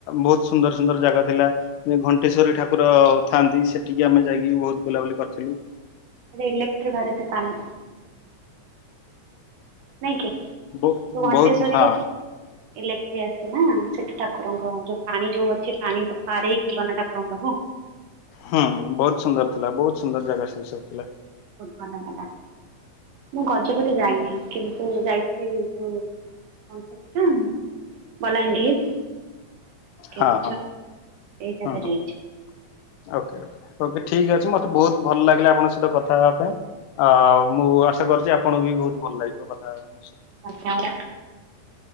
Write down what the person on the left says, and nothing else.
ବୋହୁତ ସୁନ୍ଦର ସୁନ୍ଦର ଜାଗା ଥିଲା। ଯେ ଘଣ୍ଟେଶ୍ୱରୀ ଠାକୁର ଥାଆନ୍ତି ସେଠିକି ଆମେ ଯାଇକି ବୋହୁତ ବୁଲାବୁଲି କରିଥିଲୁ।
ବ
ବହୁତ ହଁ
ହୁଁ ବୋହୁତ ସୁନ୍ଦର ଥିଲା ବୋହୁତ ସୁନ୍ଦର ଜାଗା ସେ ସବୁ ଥିଲା।
ହଁ ହଁ
ହଁ ହଁ।
ଓକେ ଓକେ ଓକେ ଠିକ୍ ଅଛି ମତେ ବୋହୁତ ଭଲ ଲାଗିଲା ଆପଣଙ୍କ ସହିତ କଥା ହବା ପାଇଁ। ଆଉ ମୁଁ ଆଶା କରୁଚି ଆପଣଙ୍କୁ ବି ବୋହୁତ ଭଲ ଲାଗିଥି କଥା ହବା ପାଇଁ ମୋ ସହିତ।